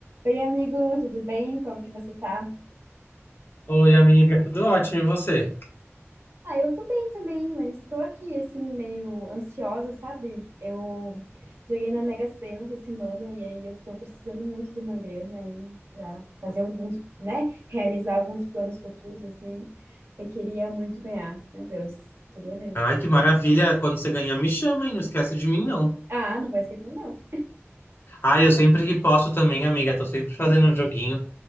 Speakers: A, on the right; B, on the left.
A: Oi, amigo, tudo bem? Como que você tá?
B: Oi, amiga, tudo ótimo, e você?
A: Ah, eu tô bem também, mas estou aqui, assim, meio ansiosa, sabe? Eu joguei na Mega Sena essa semana e aí eu tô precisando muito de uma grana aí pra fazer alguns, né? Realizar alguns planos futuros, assim. Eu queria muito ganhar, meu Deus, queria mesmo.
B: Ai, que maravilha! Quando você ganhar, me chama, hein? Não esquece de mim, não.
A: Ah, não vou esquecer, não.
B: Ai, eu sempre que posso também, amiga, tô sempre fazendo um joguinho.